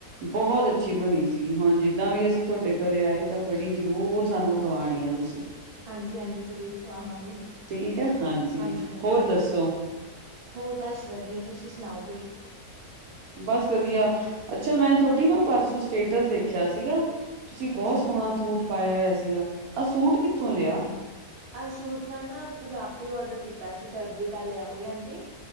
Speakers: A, on the right; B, on the right.
A: ਬਹੁਤ
B: ਅੱਛਾ,
A: ਅੱਛੀ ਬਣੀ ਸੀਗੀ ਹੁਣ ਜਿੱਦਾਂ ਵੀ ਅਸੀਂ ਤੁਹਾਡੇ ਘਰੇ ਆਏ ਤਾਂ ਕੜੀ ਜ਼ਰੂਰ ਸਾਨੂੰ ਖਵਾਣੀ ਆ ਤੁਸੀਂ।
B: ਹਾਂਜੀ ਹਾਂਜੀ, ਜ਼ਰੂਰ ਖਵਾਵਾਂਗੇ,
A: ਠੀਕ ਹੈ
B: ਹਾਂਜੀ ਹਾਂਜੀ,
A: ਹੋਰ ਦੱਸੋ
B: ਹੋਰ ਬਸ ਵਧੀਆ, ਤੁਸੀਂ ਸੁਣਾਉ।
A: ਬਸ ਵਧੀਆ, ਅੱਛਾ ਮੈਂ ਤੁ ਤੁਹਾਡੇ ਨਾ ਪਰਸੋਂ ਸਟੇਟਸ ਦੇਖਿਆ ਸੀਗਾ ਤੁਸੀਂ
B: ਅੱਛਾ।
A: ਬਹੁਤ ਸੋਹਣਾ ਸੂਟ ਪਾਇਆ ਹੋਇਆ ਸੀਗਾ। ਆ ਸੂਟ ਕਿੱਥੋਂ ਲਿਆ?
B: ਆ ਸੂਟ ਮੈਂ ਨਾ ਪੰਜਾਬ ਤੋਂ ਹੀ ਔਡਰ ਕੀਤਾ ਸੀ, ਫੈਬਰਿਕ ਵਾਲੇਆ ਕੋਲ ਆਂਟੀ।